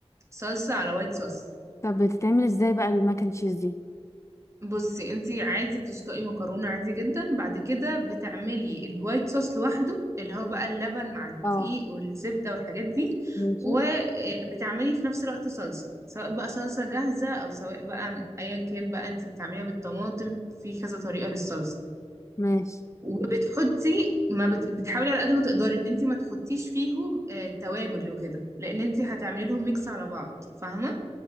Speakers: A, on the right (about 25°); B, on the left (about 25°).
A: صلصة على وايت صوص
B: طب بتتعمل ازاي بقى الماك اند تشيز دي
A: بصي انتي عادي بتسلقي مكرونة عادي جدا بعد كده بتعملي الوايت صوص لوحده اللي هو بقى اللبن مع الدقيق
B: اه
A: والزبدة والحاجات دي
B: ماشي
A: وبتعملي في نفس الوقت صلصة سواء بقى صلصة جاهزة او سواء بقى ايا كان بقى انتي بتعمليها بالطماطم في كذا طريقة للصلصة
B: ماشي
A: وبتحطي ما بت... بتحاولي على قد ما تقدري ان انتي ما تحطيش فيهم آه، توابل وكده لان انتي هتعملي لهم ميكس على بعض فاهمة